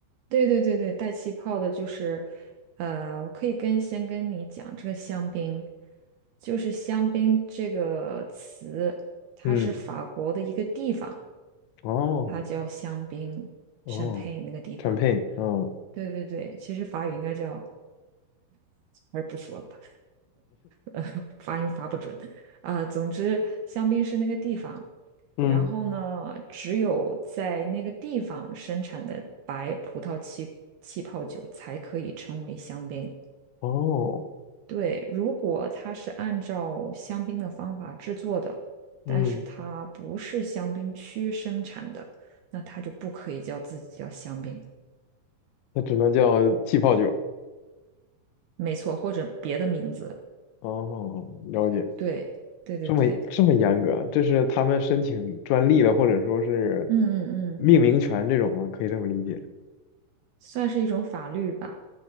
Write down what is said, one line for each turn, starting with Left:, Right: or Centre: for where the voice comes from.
Right: 对对对对，带气泡的，就是，呃，我可以跟先跟你讲这个香槟，就是香槟这个词，它是法国的一个地方，
Left: 嗯，哦
Right: 它叫香槟，
Left: 哦，champagne，
Right: n 佩那个地方。
Left: 嗯
Right: 对对对，其实法语应该叫，还是不说了吧，<laughs> 呃，发音发不准啊、总之，香槟是那个地方，
Left: 嗯，
Right: 然后呢，只有在那个地方生产的白葡萄气气泡酒才可以称为香槟。
Left: 哦
Right: 对，如果它是按照香槟的方法制作的，
Left: 嗯，
Right: 但是它不是香槟区生产的，那它就不可以叫自己叫香槟，
Left: 那只能叫气泡酒。
Right: 没错，或者别的名字。
Left: 哦，了解。
Right: 对，对对对，
Left: 这么这么严格，这是他们申请专利了，或者说是
Right: 嗯嗯嗯，
Left: 命名权这种吗？可以这么理解。
Right: 算是一种法律吧。